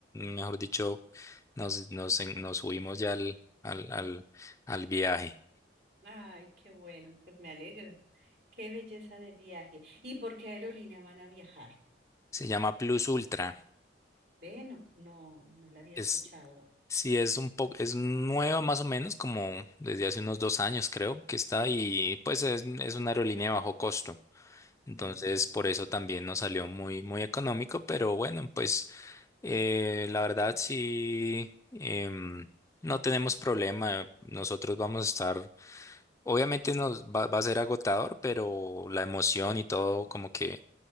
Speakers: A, on the left; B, on the right.
A: mejor dicho, nos, nos, en- nos subimos ya al, al, al al viaje.
B: Ay, qué bueno, pues me alegro. Qué belleza de viaje. ¿Y por qué aerolínea van a viajar?
A: Se llama Plus Ultra.
B: Ve, no, no, no la había
A: Es,
B: escuchado.
A: Sí, es un poco, es nueva más o menos, como desde hace unos dos años creo que está y pues es, es una aerolínea de bajo costo. Entonces,
B: Sí.
A: por eso también nos salió muy, muy económico, pero bueno, pues eh, la verdad sí, em, no tenemos problema. Nosotros vamos a estar, obviamente nos va, va a ser agotador, pero la emoción y todo como que